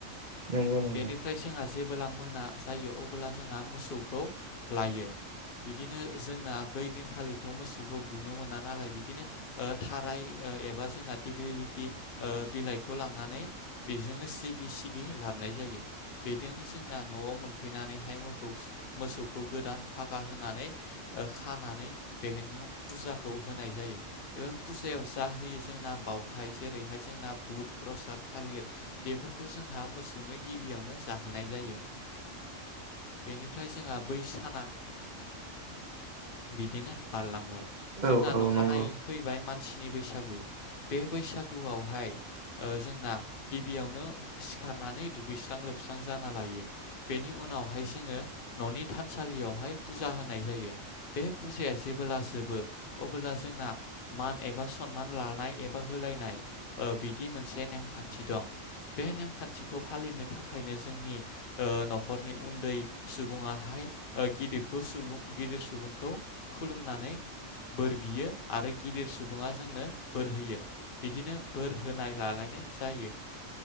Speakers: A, on the right; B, on the left.
A: नंगौ नंगौ
B: बेनिफ्राय जोंहा जेबोला मोना जायो अबोला जोंहा मोसौखौ लायो बिदिनो जोंना बै दिनखालिथ' मोसौखौ बुनो मोना नालाय बिदिनो थाराय एबा जोंना दिग्लिलिटि बिलाइखौ लांनानै बेजोंनो सिगि सिगि लाबोनाय जायो बेदोंनो जोंना न'आव मोन फैनानैहाय मोसौ मोसौखौ गोदान फागा होनानै खानानै बेनियाव फुजाखौ होनाय जायो एबा फुजायाव जा होयो जोंना बावथाय जेरैहाय जोंना बुद प्रसाद थालिर बेफोरखौ जोंहा मोसौनो गिबियावनो जाहोनाय जायो बेनिफ्राय जोंहा बै साना दिनो बारलांबाय जोंना
A: औ औ
B: अखानायै
A: नंगौ
B: फैबाय मानसि नि बैसागु बे बैसागुआवहाय जोंना गिबियावनो सिखार नानै दुगैस्रां लोबस्रां जाना लायो बेनि उनावहाय जोङो न'नि थानसालियावहाय फुजा होनाय जायो बे फुजाया जेबोला जोबो अबोला जोंना मान एबा सनमान लानाय एबा होलायनाय बिदि मोनसे नेम खानथि दं बे नेम खानथिखौ फालिनो थाखायनो जोंनि न'खरनि उन्दै सुबुङाहाय गिदिरखौ सुबुं गिदिर सुबुंखौ खुलुमनानै बोर बियो आरो गिदिर सुबुङा जोंनो बोर होयो बिदि नो बोर होनाय लालायनाय जायो